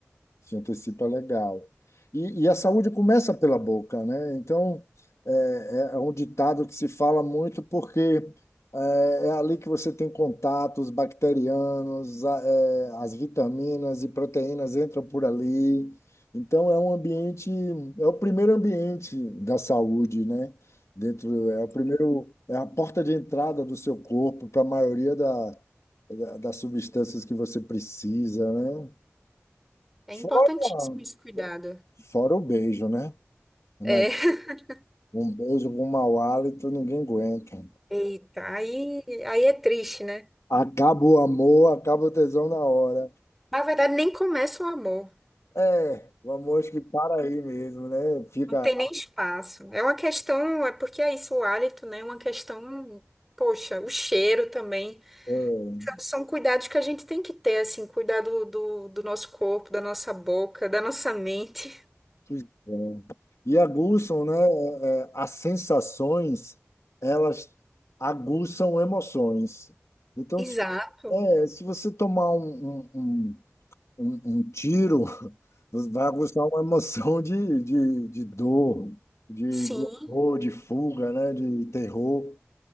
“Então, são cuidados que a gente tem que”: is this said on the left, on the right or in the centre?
Centre